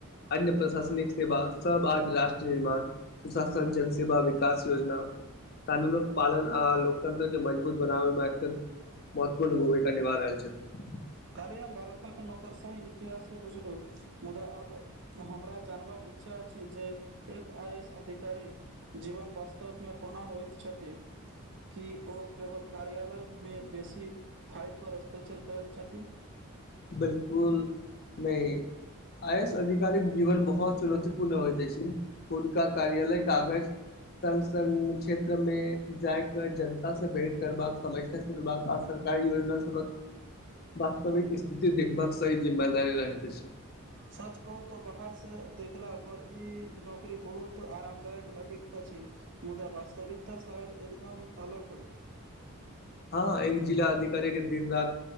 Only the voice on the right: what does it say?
काली हम बारतक नौकरशाही इतिहास बुझलौ मुदा अब हमरा जानबाक इच्छा अछि जे एक आइ ए एस अधिकारी जीवन वास्तवमे कोना होइत छथि कि ओ केवल कार्यालय मे बेसी फाइल पर अस्ताक्षर करैत छथि
सच कहू त बाहर से देखला पर ई नौकरी बहुत आरामदायक लगैत मुदा वास्तविकता शायद एकदम अलग होयत